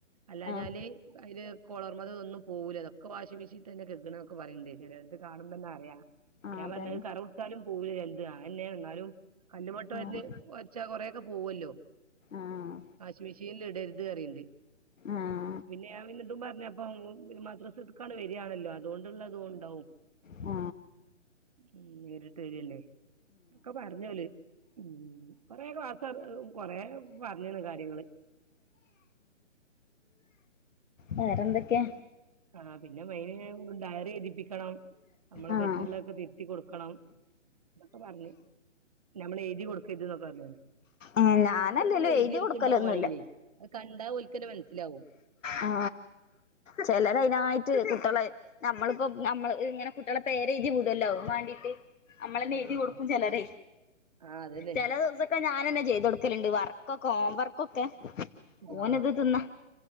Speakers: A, on the right (about 30°); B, on the left (about 80°).
A: അല്ലഞ്ഞാല്
B: ആഹ്
A: അയ്ൽ കൊളർമതതോന്നും പോവൂല തൊക്കെ വാഷിമെഷീട്ട് തന്നെ കെഖ്ണെന്നൊക്കെ പറയ്ണ്ട് ചേലോൽത് കാണുമ്പോന്നെ അറിയാ
B: ആഹ്
A: ഞാപറഞ്
B: അതന്നെ
A: അഅ് കറപുട്ച്ചാലും പോവൂല്ല ചെല്ത് അഹന്നെ ന്നാലും കല്ലുമ്മട്ട് ഓർൽ
B: ആഹ്
A: ഒര്ച്ച കൊറേക്കെ പോവോല്ലോ
B: ആഹ്
A: വാഷിമെഷീൻ ഇടര്ത് അറിണ്ട്
B: ആഹ്
A: പിന്നെ ഞാൻഇതും പറഞ്ഞ് ഇപ്പം മ് മദ്രസ്ട്ട്കാണ്ട്‌ വര്യായാണല്ലോ അതോണ്ടുള്ളതുണ്ടാവും
B: ആ
A: ഉം നേരിട്ട് വര്യല്ലേ ഒക്കെ പറഞ്ഞോല് ഉം കൊറേ ക്ലാ സർ ഉം ഉം കൊറെ പറഞ്ഞീണ് കാര്യങ്ങള്
B: വേറെന്തൊക്കെ
A: ആ പിന്നെ മൈന് ഡയറി എഴ്തിപ്പിക്കണം നമ്മള്
B: ആഹ്
A: തെറ്റുള്ളൊക്കെ തിര് ത്തി കൊടുക്കണം ന്നൊക്കെ പറഞ്ഞ് ഞമ്മള് എഴുതി കൊടുക്കരുത് ന്നൊക്കെ പറഞ്ഞകണ്
B: ഏഹ് ഞാനല്ലേലും
A: അത് ചെ ലോൽ
B: എഴുതി
A: എഴുതിയോട്ക്ണ്ടാവുമണെങ്കിലേ
B: കൊടുക്കലൊന്നുല്ല
A: അത് കണ്ടാ ഒൽക്കന്നെ മനസ്സിലാവും
B: ആ ചിലര്അയ്നായിറ്റ് കുട്ട്യാളെ ഞമ്മള്പ്പം ഞമ്മള് ഇങ്ങനെ കുട്ട്യാളെ പേരെയ്തി വിടോലോ അയ്ൻമാണ്ടീട്ട് അമ്മളെന്നെ
A: ആഹ്
B: എഴുതി കൊടുക്കും ചെലരെ
A: ആഹ് അതന്നെ
B: ചില ദിവസൊക്കെ ഞാനന്നെ ചെയ്ത് കൊടുക്കലുണ്ട് വർക്കൊക്കെ ഹോം വർക്കൊക്കെ
A: ആഹ്
B: ഓൻത് തിന്നാ